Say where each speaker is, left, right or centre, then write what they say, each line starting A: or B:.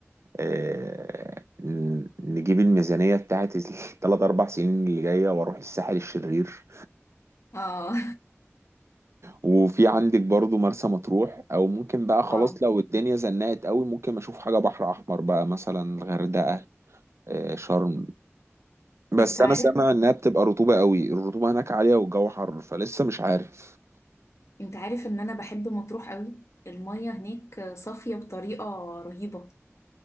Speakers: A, on the right; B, on the left.
A: آه، ن- نجيب الميزانية بتاعت الثلاث <laughs> أربع سنين اللي جاية وأروح الساحل الشرير
B: اه
A: وفي عندك برضو مرسى مطروح او ممكن
B: <laughs>
A: بقى خلاص
B: اه
A: لو الدنيا زنقت قوي ممكن اشوف حاجه بحر احمر بقى مثلا الغردقه آه، شرم بس
B: انت عارف
A: انا سامع انها بتبقى رطوبه قوي الرطوبه هناك عاليه والجو حر فلسه مش عارف
B: انت عارف ان انا بحب مطروح قوي المية هناك صافية بطريقة رهيبة